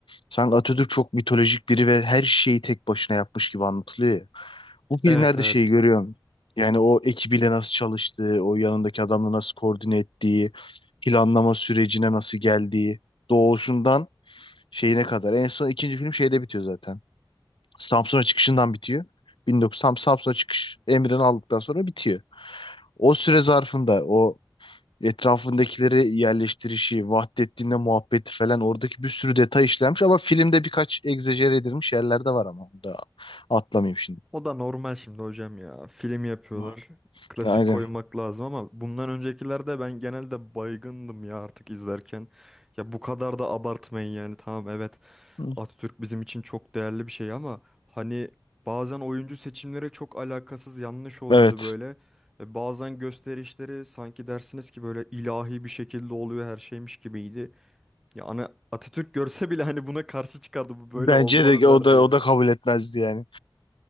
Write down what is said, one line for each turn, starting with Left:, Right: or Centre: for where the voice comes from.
Left: Sanki Atatürk çok mitolojik biri ve her şeyi tek başına yapmış gibi anlatılıyor ya. Bu filmlerde
Centre: Evet evet.
Left: şeyi görüyorum. Yani o ekibiyle nasıl çalıştığı, o yanındaki adamla nasıl koordine ettiği, planlama sürecine nasıl geldiği, doğuşundan şeyine kadar. En son ikinci film şeyde bitiyor zaten. Samsun'a çıkışından bitiyor. 1900 tam Samsun'a çıkış emrini aldıktan sonra bitiyor. O süre zarfında o etrafındakileri yerleştirişi, Vahdettin'le muhabbeti falan oradaki bir sürü detay işlenmiş ama filmde birkaç egzajere edilmiş yerler de var ama onu da atlamayayım şimdi.
Centre: O da normal şimdi hocam ya. Film yapıyorlar.
Left: Hı.
Centre: Klasik
Left: Aynen.
Centre: koymak lazım ama bundan öncekilerde ben genelde baygındım ya artık izlerken. Ya bu kadar da abartmayın yani. Tamam evet
Left: Hı.
Centre: Atatürk bizim için çok değerli bir şey ama hani bazen oyuncu seçimleri çok alakasız yanlış oluyordu
Left: Evet.
Centre: böyle. E, Bazen gösterişleri sanki dersiniz ki böyle ilahi bir şekilde oluyor her şeymiş gibiydi. Ya ana Atatürk görse bile hani buna karşı çıkardı bu böyle
Left: Bence
Centre: olmadı
Left: de
Centre: derdi
Left: o da
Centre: yani.
Left: o da kabul etmezdi yani.